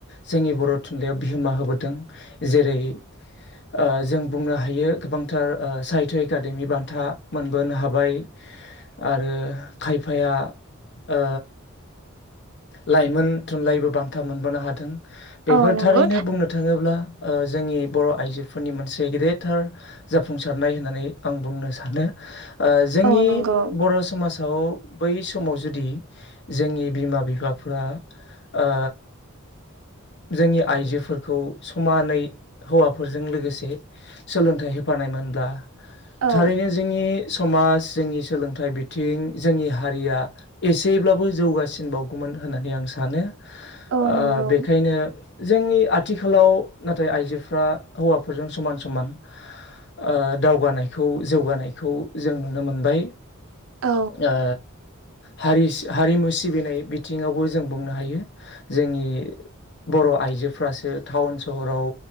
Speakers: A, on the left; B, on the right.
A: जोंनि बर' थुनलाइयाव बिहोमा होबो दों जेरै ओ जों बुंनो हायो गोबांथार ओ साहित्य एकादेमि बान्था मोन बोनो हाबाय आरो खायफाया ओ लाइमोन थुनलाइबो बान्था मोनबोनो हादों बेफोर
B: औ नंगौ
A: थारैनो बुंनो थाङोब्ला ओ जोंनि बर' आइजोफोरनि मोनसे गेदेरथार जाफुंसारनाय होननानै आं बुंनो सानो ओ जोंनि
B: औ नंगौ
A: बर' समाज आव बै समाव जुदि जोंनि बिमा-बिफाफोरा ओ जोंनि आइजोफोरखौ समानै हौवाफोरजों लोगोसे सोलोंथाइ होफा नाय मोन दा
B: औ
A: थारैनो जोंनि समाज जोंनि सोलोंथाइ बिथिं जोंनि हारिया एसेब्लाबो जौगासिन बावगोमो न होननानै आं सानो
B: औ
A: ओ
B: नंगौ
A: बि दिनो जोंनि आथिखालाव नाथाय आइजोफ्रा हौवाफोरजों समान समान ओ दावगानायखौ जौगानायखौ जों नुनो मोनबाय
B: औ
A: ओ हारिस-हारिमु सिबिनाय बिथिङावबो जों बुंनो हायो जोंनि बर' आइजोफ्रासो टाउन सहराव